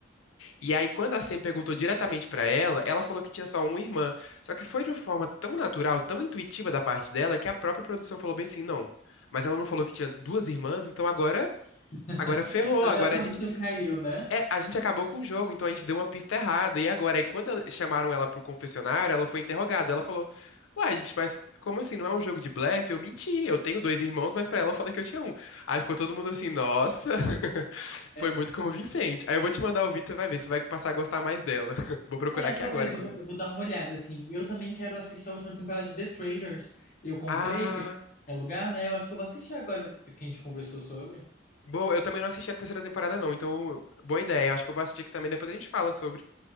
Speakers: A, on the left (about 85°); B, on the left (about 40°).
A: E aí, quando a Sam perguntou diretamente pra ela, ela falou que tinha só uma irmã. Só que foi de uma forma tão natural, tão intuitiva da parte dela, que a própria produção falou bem assim, não. Mas ela não falou que tinha duas irmãs, então agora,
B: <laughs>
A: agora ferrou.
B: Até
A: Agora
B: a produção
A: a gente,
B: caiu, né?
A: é, a gente acabou com o jogo, então a gente deu uma pista errada. E agora, aí quando chamaram ela pro confessionário, ela foi interrogada. Ela falou: "Uai, gente, mas como assim? Não é um jogo de blefe? Eu menti. Eu tenho dois irmãos, mas pra ela eu falei que eu tinha um". Aí ficou todo mundo assim: "Nossa,
B: É,
A: foi muito convincente. Aí eu vou te mandar o vídeo, você vai ver, você vai passar a gostar mais dela. <laughs> Vou procurar
B: é,
A: aqui
B: talvez
A: agora, inclusive.
B: eu vou, eu vou dar uma olhada, assim. Eu também quero assistir a última temporada de The Traitors. Eu comprei,
A: Ah,
B: porque é lugar, né? Eu acho que eu vou assistir agora que a gente conversou sobre.
A: boa, eu também não assisti a terceira temporada, não, então boa ideia. Eu acho que eu vou assistir aqui também, depois a gente fala sobre.